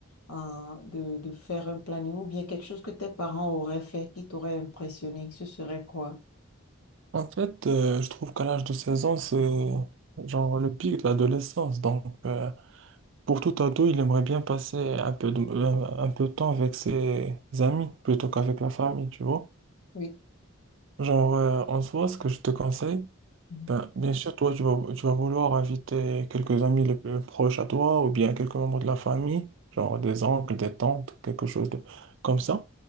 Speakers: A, on the left; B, on the right.
A: hein, de, de faire un planning ou bien quelque chose que tes parents auraient fait qui t'aurait impressionné, ce serait quoi?
B: En fait, euh, je trouve qu'à l'âge de 16 ans, c'est genre le pic de l'adolescence. Donc, euh, pour tout ado, il aimerait bien passer un peu de, euh, un peu de temps avec ses amis plutôt qu'avec la famille, tu vois.
A: Oui,
B: Genre, euh, en soi, ce que je te conseille,
A: Mhm.
B: Ben, bien sûr, toi, tu vas, tu vas vouloir inviter quelques amis les plus proches à toi ou bien quelques membres de la famille, genre des oncles, des tantes, quelque chose de, comme ça.